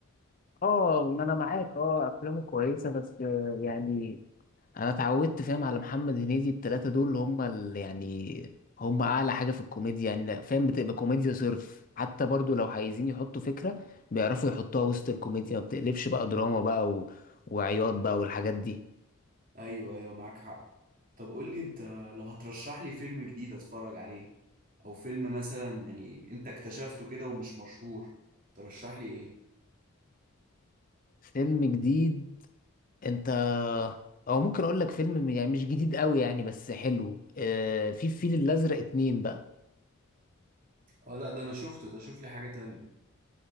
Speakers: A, on the left (about 40°); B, on the right (about 40°).
A: اه ما انا معاك اه افلامه كويسه بس آه، يعني انا اتعودت فاهم على محمد هنيدي التلاته دول اللي هم اللي يعني هم اعلى حاجه في الكوميديا يعني فاهم بتبقى كوميديا صرف حتى برضو لو عايزين يحطوا فكره بيعرفوا يحطوها وسط الكوميديا ما بتقلبش بقى دراما بقى و... وعياط بقى والحاجات دي
B: ايوه ايوه معاك حق طب قول لي انت لو هترشح لي فيلم جديد اتفرج عليه او فيلم مثلا يعني انت اكتشفته كده ومش مشهور ترشح لي ايه
A: فيلم جديد انت او ممكن اقول لك فيلم يعني مش جديد قوي يعني بس حلو آه في الفيل الازرق اتنين بقى
B: اه لا ده انا شفته ده شوف لي حاجة تانية